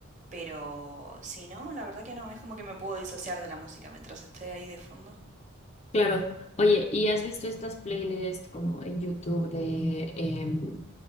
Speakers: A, on the right; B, on the left.
A: Pero si no, la verdad que no, es como que me puedo disociar de la música mientras esté ahí de fondo.
B: Claro. Oye, ¿y has visto estas playlists como en YouTube de em,